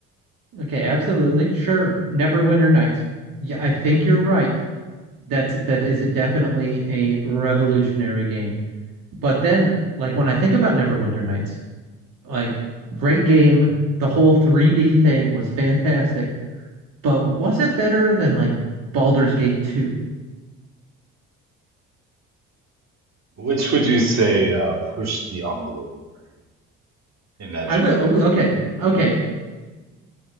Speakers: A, on the right; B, on the right.
A: Okay, absolutely. Sure. Neverwinter Nights. Yeah, I think you're right. That's that is a definitely a revolutionary game. But then, like when I think about Neverwinter Nights, like great game. The whole 3D thing was fantastic. But was it better than like Baldur's Gate 2?
B: Which would you say uh, pushed the envelope more in that
A: I
B: genre?
A: would I would- okay. Okay.